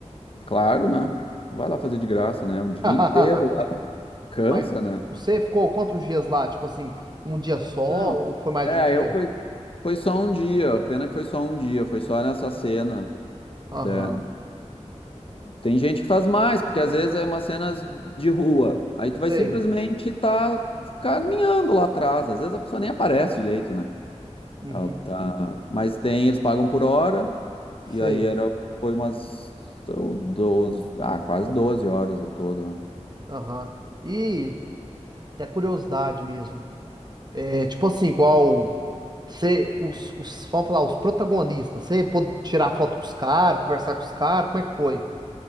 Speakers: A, on the left; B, on the right.
A: Claro, né? Vai lá fazer de graça, né? Um dia
B: <laughs>
A: inteiro. Cansa,
B: Mas
A: né?
B: você ficou quantos dias lá? Tipo assim, um dia só
A: Não.
B: ou foi mais
A: É,
B: de um dia?
A: eu foi, foi só um dia. Pena que foi só um dia, foi só nessa cena. né?
B: Aham,
A: Tem gente que faz mais, porque às vezes é uma cenas de rua. Aí tu vai
B: sei.
A: simplesmente estar caminhando lá atrás. Às vezes a pessoa nem aparece direito, né?
B: Uhum.
A: Ela tá... Mas tem, eles pagam por hora, e
B: Sei.
A: aí era, foi umas ou 12, ah, quase 12 horas ao todo. né?
B: Aham. E até curiosidade mesmo. É, tipo assim, igual você, os, os, vamos falar, os protagonistas, você pôde tirar foto com os caras, conversar com os caras, como é que foi?